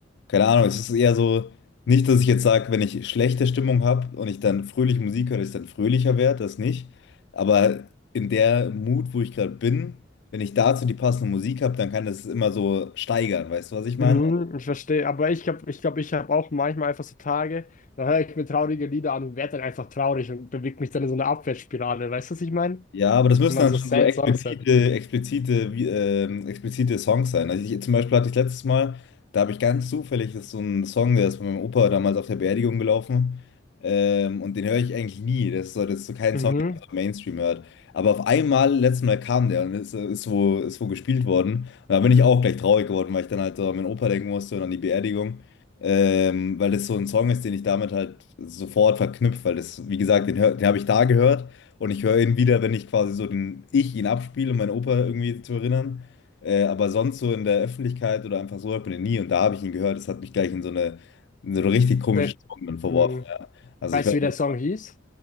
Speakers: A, on the left (about 65°); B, on the left (about 45°).
A: keine Ahnung, es ist eher so, nicht, dass ich jetzt sage, wenn ich schlechte Stimmung habe und ich dann fröhlich Musik höre, dass ich dann fröhlicher werde, das nicht. Aber in der Mut, wo ich gerade bin, wenn ich dazu die passende Musik habe, dann kann das immer so steigern, weißt du, was ich
B: Mhm,
A: meine?
B: ich verstehe, aber ich glaube, ich glaube, ich habe auch manchmal einfach so Tage, da höre ich mir traurige Lieder an und werde dann einfach traurig und bewege mich dann in so eine Abwärtsspirale. Weißt du, was ich meine?
A: Ja, aber das müssen
B: Wenn man
A: dann
B: so
A: schon
B: sad
A: so explizite,
B: Songs hat.
A: explizite, wie- ähm, explizite Songs sein. Also ich, zum Beispiel hatte ich letztes Mal, da habe ich ganz zufällig, das ist so ein Song, der ist von meinem Opa damals auf der Beerdigung gelaufen. Ähm, und den höre ich eigentlich nie. Das ist so, das ist so kein
B: Mhm.
A: Song, den man so im Mainstream hört. Aber auf einmal, letztes Mal kam der und ist, ist wo, ist wo gespielt worden. Und da bin ich auch gleich traurig geworden, weil ich dann halt so an meinen Opa denken musste und an die Beerdigung. Ähm, weil das so ein Song ist, den ich damit halt sofort verknüpft, weil das, wie gesagt, den, hör- den habe ich da gehört. Und ich höre ihn wieder, wenn ich quasi so den ich ihn abspiele, um meinen Opa irgendwie zu erinnern. Äh, aber sonst so in der Öffentlichkeit oder einfach so hört man ihn nie. Und da habe ich ihn gehört. Das hat mich gleich in so eine, in so eine richtig komische
B: Sad.
A: Stimmung dann verworfen.
B: Mhm.
A: Ja. Also
B: Weißt
A: ich weiß,
B: du, wie der
A: ich
B: Song hieß?